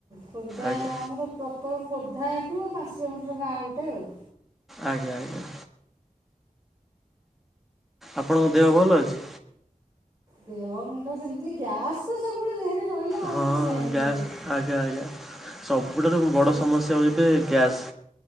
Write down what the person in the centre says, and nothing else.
ଆଜ୍ଞା
ଆଜ୍ଞା ଆଜ୍ଞା। ଆପଣଙ୍କ ଦେହ ଭଲ ଅଛି?
ହଁ
ଗ୍ୟାସ୍ ଆଜ୍ଞା ଆଜ୍ଞା। ସବୁଠାରୁ ବଡ଼
ସମସ୍ୟା ହେଉଛି ଗ୍ୟାସ୍।